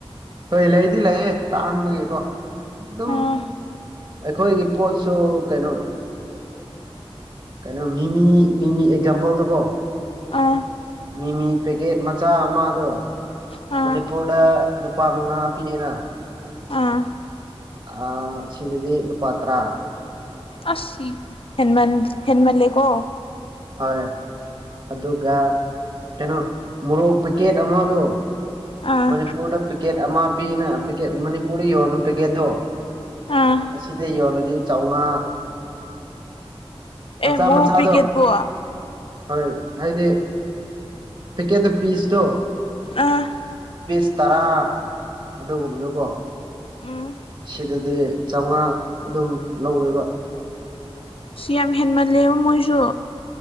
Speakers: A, on the right; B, on the left.
A: ꯍꯣꯏ ꯂꯩꯗꯤ ꯂꯩꯌꯦ ꯇꯥꯡꯕꯒꯤꯀꯣ ꯑꯗꯨꯝ
B: ꯑꯥ
A: ꯑꯩꯈꯣꯏꯒꯤ ꯄꯣꯠꯁꯨ ꯀꯩꯅꯣ ꯀꯩꯅꯣ ꯃꯤꯃꯤ ꯃꯤꯃꯤ ꯑꯦꯛꯖꯝꯄꯜꯗ ꯀꯣ
B: ꯑꯥ
A: ꯃꯤꯃꯤ ꯄꯦꯛꯀꯦꯠ ꯃꯆꯥ ꯑꯃꯗꯣ
B: ꯑꯥ
A: ꯃꯅꯤꯄꯨꯔꯗ ꯂꯨꯄꯥ ꯃꯉꯥ ꯄꯤꯌꯦꯅ
B: ꯑꯥ
A: ꯑ ꯁꯤꯒꯤꯗꯤ ꯅꯨꯨꯄꯥ ꯇꯔꯥ
B: ꯑꯁ ꯍꯃ ꯍꯃꯜꯂꯦꯀꯣ
A: ꯍꯣꯏ ꯑꯗꯨꯒ ꯀꯩꯅꯣ ꯃꯣꯔꯣꯛ ꯄꯦꯛꯀꯦꯠ ꯑꯃꯗꯣ
B: ꯑꯥ
A: ꯃꯅꯤꯄꯨꯔꯗ ꯄꯦꯀꯦꯠ ꯑꯃ ꯄꯤꯅ ꯄꯀꯦꯠ ꯃꯅꯤꯄꯨꯔꯗ ꯌꯣꯟꯅꯨ ꯄꯦꯀꯦꯠꯇꯣ
B: ꯑꯥ
A: ꯑꯁꯤꯗ ꯌꯣꯜꯂꯗꯤ ꯆꯥꯝꯃꯉꯥ ꯃꯆꯥ
B: ꯑꯦ ꯃꯣꯔ
A: ꯃꯆꯥꯗꯣ
B: ꯑꯣ ꯄ ꯀꯦꯠ ꯄꯋꯥ
A: ꯍꯣꯏ ꯍꯥꯏꯗꯤ ꯄꯤꯀꯦꯠꯇ ꯄꯤꯁꯇꯣ
B: ꯑꯥ
A: ꯄꯤꯁ ꯇꯔꯥ ꯑꯗꯨꯒꯨꯝꯕꯗꯨꯀꯣ
B: ꯎꯝ
A: ꯁꯤꯗꯗꯤ ꯆꯥꯝꯃꯉꯥ ꯑꯗꯨꯝ ꯂꯧꯋꯦꯕ
B: ꯁꯤ ꯌꯥꯝ ꯍꯦꯟꯃꯜꯂꯦꯕ ꯃꯣꯏꯁꯨ